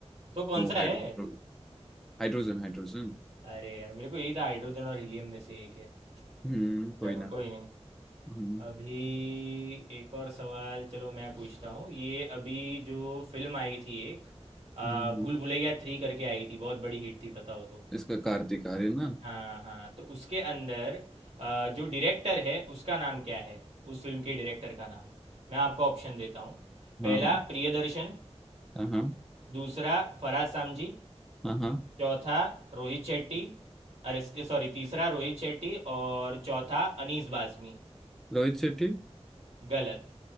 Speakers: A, on the right; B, in the centre.
A: तो कौन
B: वो
A: सा
B: हाइड्रो
A: है
B: हाइड्रोजन हाइड्रोजन
A: अरे यार मेरे को यही था हाइड्रोजन और हीलियम में से एक है
B: हम्म
A: चलो
B: कोई ना
A: कोई नहीं
B: हम्म
A: अभी एक और सवाल चलो मैं पूछता हूँ ये अभी जो फिल्म आई थी एक आ,
B: हम्म,
A: भूल भुलैया थ्री करके आई थी बहुत बड़ी हिट थी पता हो तो
B: इसका कार्तिक आर्य ना
A: हाँ हाँ तो उसके अंदर अ, जो डायरेक्टर है उसका नाम क्या है उस फिल्म के डायरेक्टर का नाम मैं आपको ऑप्शन देता हूँ पहला
B: हाँ हाँ
A: प्रियदर्शन
B: हाँ हाँ
A: दूसरा फरहाद सामजी
B: हाँ हाँ
A: चौथा रोहित शेट्टी अरे सॉरी तीसरा रोहित शेट्टी और चौथा अनीस बाज़मी
B: रोहित शेट्टी
A: गलत